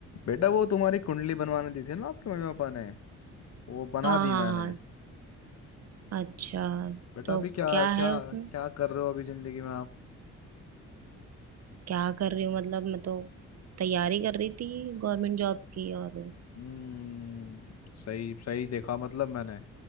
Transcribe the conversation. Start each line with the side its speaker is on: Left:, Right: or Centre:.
Left: बेटा वो तुम्हारी कुंडली बनवाने दी थी ना आपके मम्मी पापा ने वो बना
Right: हाँ
Left: दी
Right: हाँ
Left: मैंने
Right: हाँ अच्छा
Left: बेटा
Right: तो
Left: अभी क्या
Right: क्या
Left: क्या
Right: है उसमें
Left: क्या कर रहे हो अभी जिंदगी में आप
Right: क्या कर रही हूँ मतलब मैं तो तैयारी कर रही थी गवर्नमेंट जॉब की और
Left: हम्म सही सही देखा मतलब मैंने